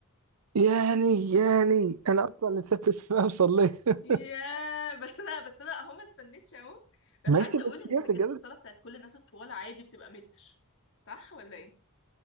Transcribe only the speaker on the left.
يا بس انا بس انا اهو ما استنيتش اهو بس
عايزه اقول
ان
سجاده
الصلاه بتاعت كل الناس الطوال عادي بتبقى متر صح ولا ايه